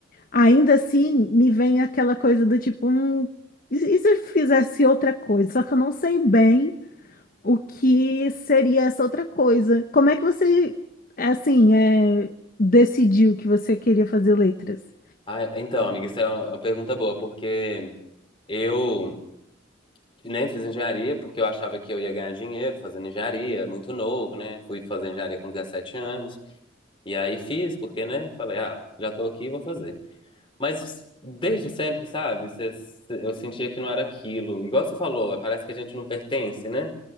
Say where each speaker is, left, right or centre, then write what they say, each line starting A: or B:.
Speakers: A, on the left; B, on the left.
A: ainda assim me vem aquela coisa do tipo, hum, e se e se eu fizesse outra coisa? Só que eu não sei bem. O que seria essa outra coisa? Como é que você, assim, é, decidiu que você queria fazer letras?
B: Ah, então, amiga, isso é uma é uma pergunta boa, porque eu Nem fiz engenharia, porque eu achava que eu ia ganhar dinheiro fazendo engenharia, muito novo, né? Fui fazer engenharia com 17 anos. E aí fiz, porque, né? Falei, ah, já tô aqui, vou fazer. Mas desde sempre, sabe? cê- Eu sentia que não era aquilo. Igual você falou, parece que a gente não pertence, né?